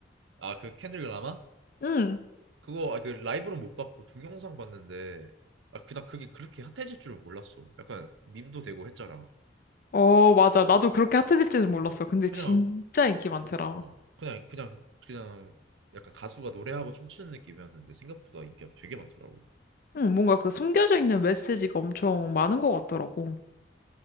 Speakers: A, on the right; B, on the left.
A: 아 그 켄드릭 라마
B: 응.
A: 그거 아, 그 라이브로 못 봤고 동영상 봤는데 아 그냥 그게 그렇게 핫해질 줄은 몰랐어 약간 밈도 되고 했잖아
B: 어, 맞아. 나도 그렇게 핫해질지는 몰랐어.
A: 어
B: 근데
A: 그냥
B: 진짜 인기 많더라.
A: 어 그냥 그냥 그냥 약간 가수가 노래하고 춤추는 느낌이었는데 생각보다 인기가 되게 많더라고.
B: 응, 뭔가 그 숨겨져 있는 메시지가 엄청 많은 것 같더라고.